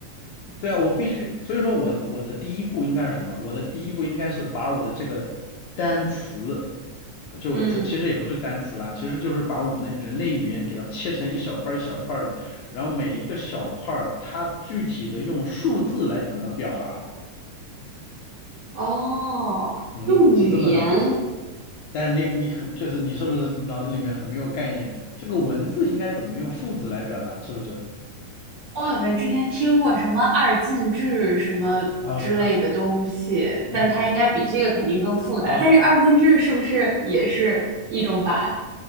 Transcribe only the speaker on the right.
嗯，
哦，
用语言，
我好像之前听过什么二进制什么之类的东西，
但它应该比这个肯定更复杂。
但是二进制是不是也是一种把